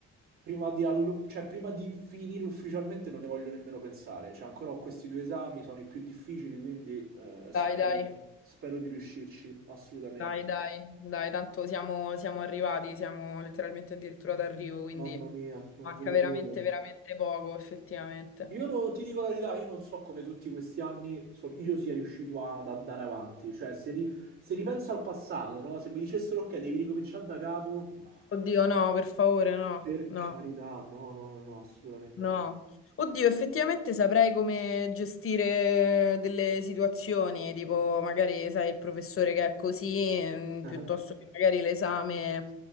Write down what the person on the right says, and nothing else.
prima di, allo- cioè, prima di finire ufficialmente, non ne voglio nemmeno pensare. Cioè, ancora ho questi due esami, sono i più difficili, quindi eh, spero,
spero di riuscirci, assolutamente.
Mamma mia, non
vedo
l'ora.
Io no- ti dico la verità, io non so come tutti questi anni son- io sia riuscito ad andare avanti. Cioè, se, ri- se ripenso al passato, no? Se mi dicessero, ok, devi ricominciare da capo, no.
Per carità,
no, no, no, no, assolutamente
no.
Ah,